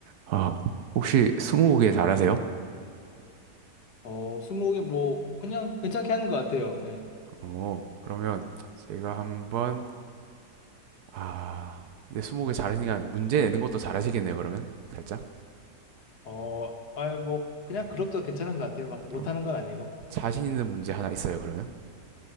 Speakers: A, on the right; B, on the left.
A: 아, 혹시 스무고개 잘하세요?
B: 어, 스무고개 뭐 그냥 괜찮게 하는 것 같아요. 예.
A: 어, 그러면 제가 한번 아, 근데 스무고개 잘하시니까 문제 내는 것도 잘하시겠네요. 그러면 살짝
B: 어, 아, 뭐 그냥 그럭저럭 괜찮은 것 같아요. 막 못하는
A: 좀
B: 건 아니고.
A: 자신 있는 문제 하나 있어요. 그러면